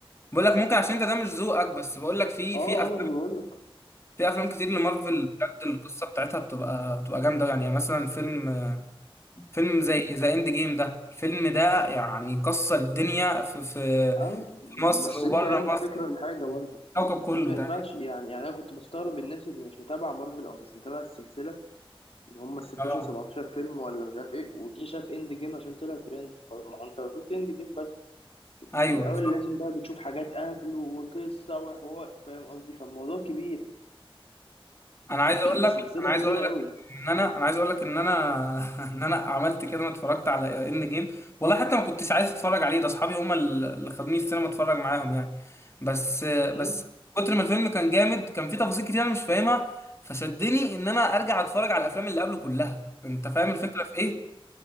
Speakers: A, on the left; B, on the left.
A: بقول لك ممكن عشان انت ده مش ذوقك بس بقول لك في
B: اه
A: في
B: اه
A: أفلام
B: ما انا بقول لك
A: في افلام كتير لمارفل بجد القصه بتاعتها بتبقى بتبقى جامده يعني يعني مثلا فيلم فيلم زي ذا اند جيم ده الفيلم ده يعني كسر الدنيا في في
B: اه
A: في مصر
B: بس
A: وبره
B: انت يعني الفكرة
A: مصر
B: في حاجة برضو
A: الكوكب كله
B: انت ما ينفعش
A: تقريبا
B: يعني يعني انا كنت بستغرب الناس اللي مش متابعة مارفل او مش متابعة السلسلة اللي هم ال 16
A: اه
B: 17 فيلم ولا مش عارف ايه وجي شاف اند جيم عشان طلع ترند وخلاص ما هو انت لو شفت اند جيم بس
A: ايوه
B: كان الاول
A: صح.
B: لازم بقى بتشوف حاجات قبله وقصه وحوار فاهم قصدي فالموضوع كبير
A: انا عايز
B: <clears throat>
A: اقول لك
B: سلسله
A: انا
B: كبيره
A: عايز اقول
B: قوي
A: لك ان انا انا عايز اقول لك ان انا <laughs> ان انا عملت كده ما اتفرجت على اند جيم والله حتى ما كنتش عايز اتفرج عليه ده اصحابي هم اللي خدوني السينما اتفرج معاهم يعني بس بس
B: امم
A: كتر ما الفيلم كان جامد كان فيه تفاصيل كتير انا مش فاهمها فشدني ان انا ارجع اتفرج على الافلام اللي قبله كلها انت فاهم الفكره في ايه